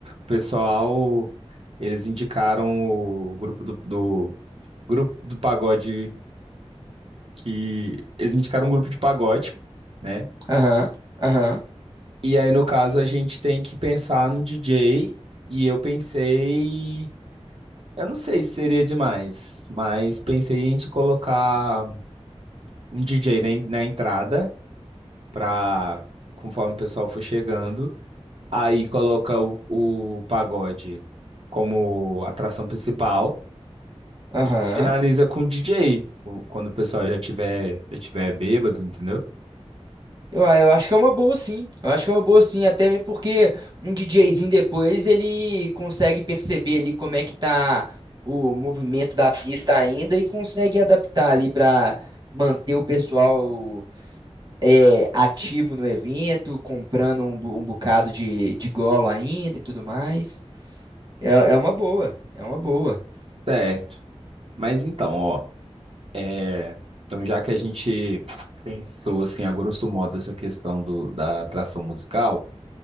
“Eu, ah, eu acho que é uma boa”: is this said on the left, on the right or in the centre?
Right